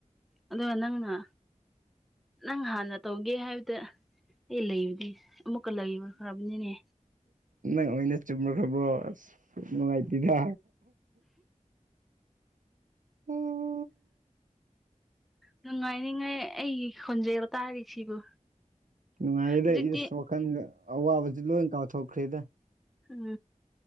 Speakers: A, in the centre; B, on the right.
A: ꯑꯗꯨꯒ ꯅꯪꯅ ꯅꯪ ꯍꯥꯟꯅ ꯇꯧꯒꯦ ꯍꯥꯏꯕꯗ ꯑꯩ ꯂꯩꯕꯗꯤ ꯑꯃꯨꯛꯀ ꯂꯩꯕ ꯈꯕꯅꯤꯅꯦ
B: ꯅꯪ ꯑꯣꯏꯅ ꯆꯨꯝꯃꯨꯈ꯭ꯔꯕꯣ ꯑꯁ ꯅꯨꯡꯉꯥꯏꯇꯦꯗ ꯑꯣꯝ
A: ꯅꯨꯡꯉꯥꯏꯅꯤꯉꯥꯏ ꯑꯩꯒꯤ ꯈꯣꯟꯖꯩꯕ ꯇꯥꯔꯤꯁꯤꯕꯨ
B: ꯅꯨꯡꯉꯥꯏꯌꯦꯗ
A: ꯍꯧꯖꯤꯛꯇꯤ
B: ꯏꯁ ꯋꯥꯈꯜꯒ ꯑꯋꯥꯕꯁꯤ ꯂꯣꯏ ꯀꯥꯎꯊꯣꯛꯈ꯭ꯔꯦꯗ
A: ꯎꯝ